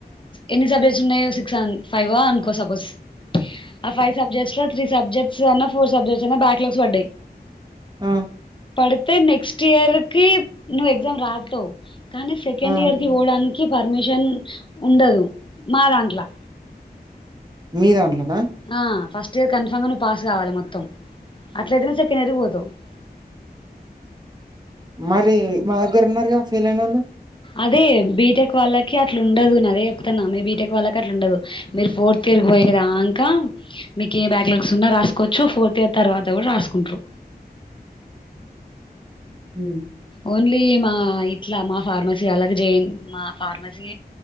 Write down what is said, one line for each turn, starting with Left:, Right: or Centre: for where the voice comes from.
Left: ఎన్ని సబ్జెక్ట్స్ ఉన్నాయ సిక్స్ ఫైవ్ అనుకో సపోజ్ ఆ ఫైవ్ సబ్జెక్ట్స్ లో త్రీ సబ్జెక్ట్స్ అన్నా ఫోర్ సబ్జెక్ట్స్ అ బ్యాక్లాగ్స్ పడ్డాయి
Right: ఆ
Left: పడితే నెక్స్ట్ ఇయర్ కి నువ్వు ఎగ్జామ్ రాదుావు కానీ సెకండ్
Right: ఆ
Left: ఇయర్ కి పోడానికి పర్మిషన్ ఉండదు మా దాంట్లో
Right: మీదన్నా
Left: ఆ ఫస్ట్ కన్ఫామ్ నువు పాస్ కావాలి మొత్తం అట్లయినే సెకండ్ ఎరిగిపోతావు <inaudible>
Right: మరి మా దగ్గర ఉన్నారుగా ఫీల్ అయిన వాళ్ళు
Left: అదే బీటెక్ వాళ్ళకి అట్లా ఉండదు నేను అదే మీ బీటెక్ వాళ్ళ అట్లా ఉండదు మీరు ఫోర్త్ ఇయర్ పోయయి కదా అంకా మీక ఏ బ్యాక్ రాసుకోవచ్చు ఫోర్త్ ఇయర్ తర్వాత కూడా రాసుకుంట్రారు
Right: హ
Left: ఓన్లీ మా ఇట్లా మా ఫార్మసీ అలాగ చేయ మా ఫార్మసీ